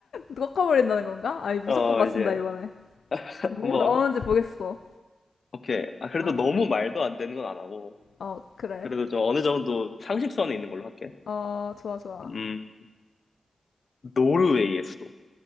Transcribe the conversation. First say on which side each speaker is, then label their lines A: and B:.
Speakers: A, on the left; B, on the left.
A: 꺾어버린다는 건가? 아니, 무조건
B: 어,
A: 맞춘다,
B: 이제
A: 이번에.
B: 한번,
A: 뭐 나오는지 보겠어.
B: 오케이. 아, 그래도
A: 어,
B: 너무 말도 안 되는 건 안 하고,
A: 어, 그래.
B: 그래도 좀 어느 정도 상식선에 있는 걸로 할게.
A: 어, 좋아, 좋아.
B: 음, 노르웨이의 수도.